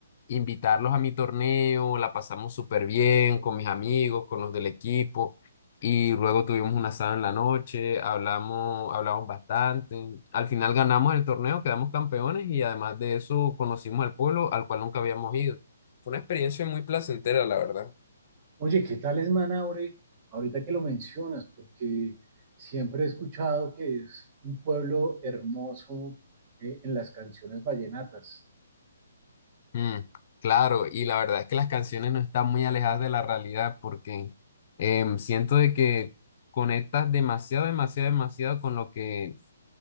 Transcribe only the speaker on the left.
invitarlos a mi torneo, la pasamos súper bien con mis amigos, con los del equipo, y luego tuvimos un asado en la noche, hablamos, hablamos bastante, al final ganamos el torneo, quedamos campeones y además de eso conocimos al pueblo al cual nunca habíamos ido. Fue una experiencia muy placentera, la verdad.
Mm, claro, y la verdad es que las canciones no están muy alejadas de la realidad porque em, siento de que conectas demasiado, demasiado, demasiado con lo que